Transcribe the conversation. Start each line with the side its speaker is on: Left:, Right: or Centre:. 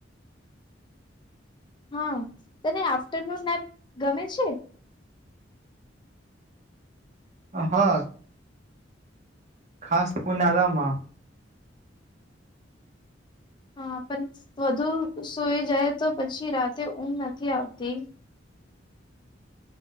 Left: હા તને આફ્ટરનૂન ના ગમે છે.
Right: હા ખાસ ઉનાળા માં
Left: હા પણ વધુ સઈ જાય તો પછી રાતે ઊંઘ નથી આવતી